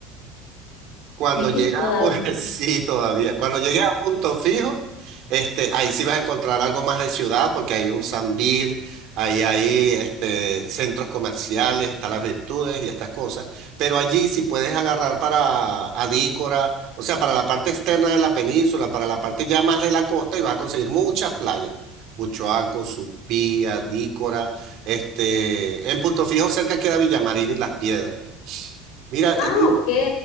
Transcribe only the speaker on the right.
Cuando
llegas
a pu- <laughs>
sí, todavía. Cuando llegues a Punto Fijo, este, ahí sí vas a encontrar algo más de ciudad, porque hay un Sambil, ahí hay este, centros comerciales, están las Virtudes y estas cosas. Pero allí sí puedes agarrar para Adícora, o sea, para la parte externa de la península, para la parte ya más de la costa, y vas a conseguir muchas playas. Buchoaco, Supí, Adícora, este, en Punto Fijo cerca queda Villamarina y Las Piedras. Mira,
eh,